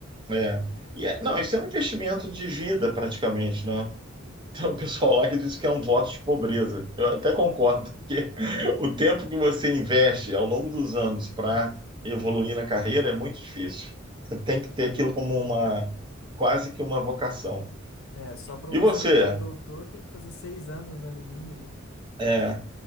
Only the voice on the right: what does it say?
é. E é- não, isso é um investimento de vida praticamente, né? Tem um pessoal lá que diz que é um voto de pobreza. Eu até concordo, porque <laughs> o tempo que você investe ao longo dos anos para evoluir na carreira é muito difícil. Você tem que ter aquilo como uma, quase que uma vocação.
E
você?
É,